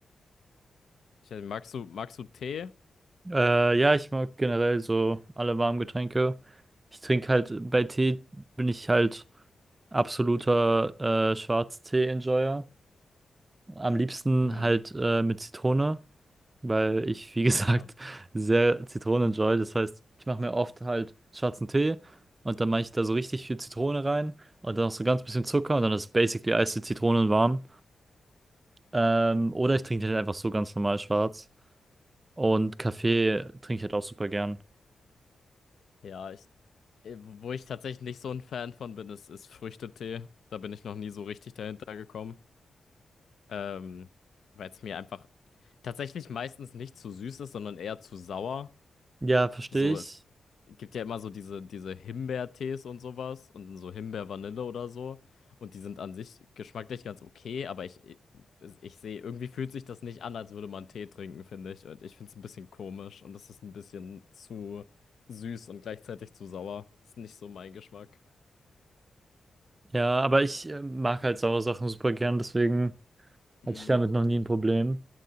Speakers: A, on the left (about 75°); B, on the right (about 30°).
A: Ich, weiß nicht, magst du, magst du Tee?
B: Äh, ja, ich mag generell so alle warmen Getränke. Ich trinke halt, bei Tee bin ich halt absoluter äh, Schwarztee-Enjoyer. Am liebsten
A: Mhm.
B: halt äh, mit Zitrone. weil ich, wie gesagt,
A: Oh ja.
B: <laughs> sehr Zitronen enjoy. Das heißt, ich mache mir oft halt schwarzen Tee und dann mache ich da so richtig viel Zitrone rein und dann noch so ganz bisschen Zucker und dann ist basically eiste Zitronen warm. Ähm, oder ich trinke den halt einfach so ganz normal schwarz. Und Kaffee trinke ich halt auch super gern.
A: Ja, ich, äh, wo ich tatsächlich nicht so ein Fan von bin, ist, ist Früchtetee. Da bin ich noch nie so richtig dahinter gekommen. Ähm, weil es mir einfach tatsächlich meistens nicht zu süß ist, sondern eher zu sauer.
B: Ja, verstehe
A: So,
B: ich.
A: es gibt ja immer so diese, diese Himbeertees und sowas und dann so Himbeer-Vanille oder so. Und die sind an sich geschmacklich ganz okay, aber ich, ich sehe, irgendwie fühlt sich das nicht an, als würde man Tee trinken, finde ich. Und ich finde es ein bisschen komisch und es ist ein bisschen zu süß und gleichzeitig zu sauer. Ist nicht so mein Geschmack.
B: Ja, aber ich äh, mag halt saure Sachen super gern, deswegen
A: Mm.
B: hatte ich damit noch nie ein Problem.